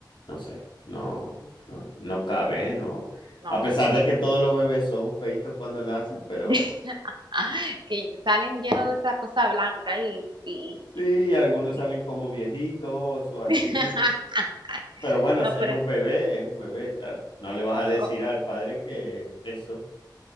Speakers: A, on the left; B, on the right.
A: no sé, no, no, no cabe, ¿eh? no.
B: No.
A: A pesar de que todos los bebés son feitos cuando nacen, pero
B: <laughs> Ah, Que salen llenos de esa cosa blanca y, y-
A: sí, y algunos
B: y-
A: salen como viejitos o así.
B: <laughs>
A: Pero bueno,
B: No,
A: es es
B: pero
A: un bebé, es un bebé, claro. No le vas a decir
B: co-
A: al padre que eso,